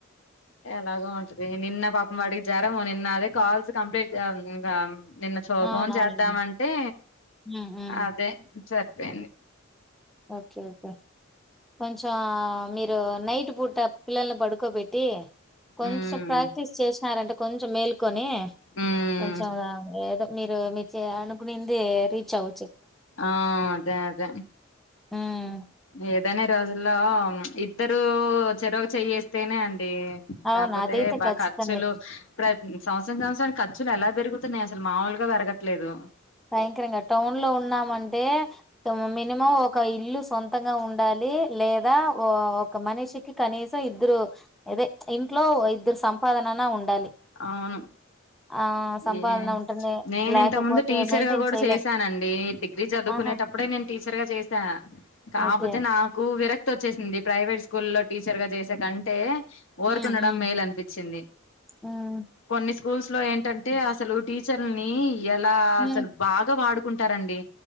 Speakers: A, on the left; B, in the centre.
A: ఎలాగో ఉంటది. నిన్న పాపం వాడికి జరము నిన్న. అదే కాల్స్ కంప్లీట్ చేయాలి ఇంకా. నిన్న శో
B: అవునవునులెండి.
A: ఫోన్ చేద్దామంటే
B: హ్మ్. హ్మ్.
A: అదే. సరిపోయింది.
B: ఓకే ఓకే కొంచెం, మీరు నైట్ పూట పిల్లల్ని పడుకోబెట్టి. కొంచెం
A: ఉమ్
B: ప్రాక్టీస్ చేస్త్. స్తారట, అంటే కొంచెం మేల్క్. కొని,
A: ఉమ్
B: కొంచెం ఏదో. మీరు మీ అనుకునేంది రీచ్ అవ్
A: ఆ అదే అదే
B: హ్మ్.
A: ఏ ఏదనే రోజుల్లో ఇద్దరు చెరొక చెయేస్తేనే అం లేకపోతే
B: అవును. అదైతే
A: బాగా
B: ఖచ్చితంగే.
A: ఖర్చులు ప్ర సంవత్సరనికి సంవత్సరానికి అసలు ఎలా పెరుగుతున్నాయి అసలు మామూలుగా పెరగట్లేదు
B: భయంకరంగా టౌన్ లో ఉన్నామంటే మినిమం ఒక ఇల్లు సొంతంగా ఉండాలి లేదాఓ మనిషికి కనీసం ఇద్దరు అదే ఇంట్లో ఇద్దరు సంపాదననా ఉండాలి
A: అవును
B: ఆ సంపాదన
A: ఏ
B: ఉంటుంది
A: నేను
B: లేకపోతే
A: ఇంత ముందు టీ చ్చర్గా
B: మెయింటైన్
A: కూడా
B: చేయలేం
A: చేశానండి డిగ్రీ చదువుకునేటప్పుడే
B: ఆహా
A: నేన్ టీచర్ గా చేసా కాకపోతే
B: ఓకే
A: నాకు విరక్తి వచ్చేసింది ప్రైవేట్ స్కూల్లో టీచర్గా చేేస్ ఎంతకంటే ఉరుకుండడం
B: ఉమ్ ఉమ్
A: మేలు అనిపించింది
B: ఉమ్
A: కొన్ని స్కూల్స్ లో ఏంటంటే అసలు టీచర్లని ఎలా అసలు
B: ఉమ్
A: బాగా వాడు కుంటారండి